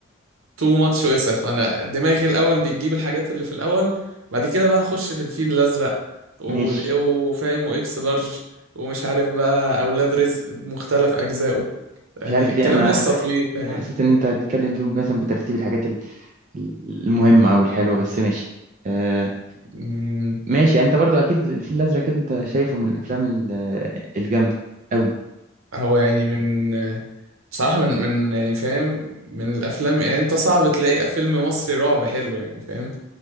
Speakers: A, on the right; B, on the right.
A: تو ماتش وسع فانا دماغي الاول بتجيب الحاجات اللي في الاول بعد كده بقى اخش في الفيل الازرق وال-
B: <laughs> ماشي
A: وفاهم واكس لارج ومش عارف بقى اولاد رزق بمختلف اجزائه يعني
B: مش عارف
A: الكلام
B: ليه انا
A: لسه
B: ح-
A: طويل فاهم
B: حسيت ان انت هتتكلم فيهم مثلا بترتيب الحاجات ال- ال- المهمه او الحلوه بس ماشي آه
A: مم،
B: ماشي يعني انت برضو اكيد الفيل الازرق كده انت شايفه من الافلام ال- الجامده قوي
A: هو يعني من بصراحة من من يعني فاهم من الافلام يعني انت صعب تلاقي فيلم مصري رعب حلو يعني فاهم